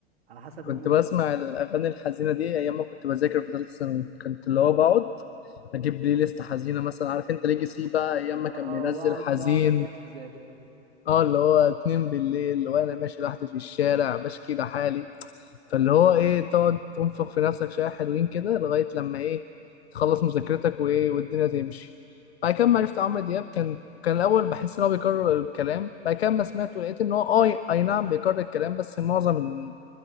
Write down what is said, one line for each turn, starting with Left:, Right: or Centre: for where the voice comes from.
Right: على حسب
Left: كنت
Right: المود
Left: بسمع
Right: اللي أنت فيه
Left: الاغاني الحزينه دي ايام ما كنت بذاكر في ثالثه ثانوي كنت اللي هو بقعد اجيب بلاي ليست حزينه مثلا عارف انت ليجاسي بقى ايام ما
Right: اه
Left: كان بينزل
Right: واقعد
Left: حزين
Right: واقعد اجلد في ذاتي
Left: اه اللي هو اتنين بالليل وانا ماشي لوحدي في الشارع بشكي لحالي
Right: اه
Left: فاللي هو ايه تقعد تنفخ في نفسك شويه حلوين كده لغايه لما ايه تخلص مذاكرتك وايه والدنيا تمشي بعد كده ما عرفت عمرو دياب كان كان الاول بحس ان هو بيكرر الكلام بعد كده ما سمعته لقيت ان هو اه اي نعم بيكرر الكلام بس معظم ال-